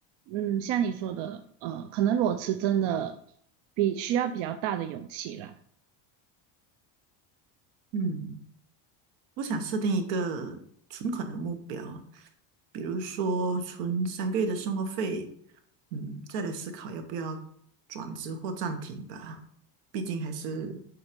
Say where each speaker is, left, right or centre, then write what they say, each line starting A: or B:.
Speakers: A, on the right; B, on the right.
A: 嗯，像你说的，呃，可能裸辞真的比需要比较大的勇气啦。
B: 嗯，我想设定一个存款的目标，比如说存三个月的生活费，嗯，再来思考要不要转职或暂停吧。毕竟还是